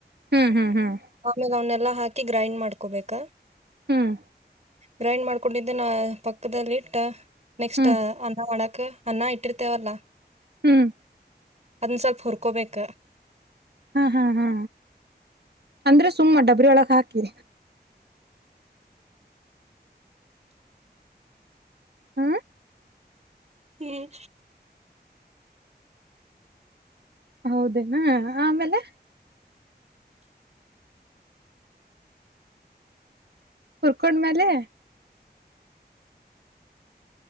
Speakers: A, on the right; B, on the right.
A: ಹ್ಮ್ ಹ್ಮ್ ಹ್ಮ್
B: ಆಮೇಲೆ ಅವನ್ನೆಲ್ಲಾ ಹಾಕಿ ಗ್ರೈಂಡ್ ಮಾಡ್ಕೊಬೇಕ
A: ಹ್ಮ್
B: ಗ್ರೈಂಡ್ ಮಾಡ್ಕೊಂಡಿದ್ದ ನ ಪಕ್ಕದಲ್ಲಿ ಇಟ್ಟ ನೆಕ್ಸ್ಟ್
A: ಹ್ಮ್
B: ಅನ್ನ ಮಾಡಕ್ ಅನ್ನ ಇಟ್ಟಿರ್ತೇವಲ್ಲಾ
A: ಹ್ಮ್
B: ಅದನ್ನ ಸ್ವಲ್ಪ ಹುರ್ಕೊಬೇಕ
A: ಹಾ ಹಾ ಹಾ ಅಂದ್ರೆ ಸುಮ್ಮ್ ಡಬ್ರ ಒಳಕ್ ಹಾಕಿ ಹ
B: ಹ್ಮ್
A: ಹೌದೇನಾ ಆಮೇಲೆ ಹುರ್ಕೊಂಡ್ಮೇಲೆ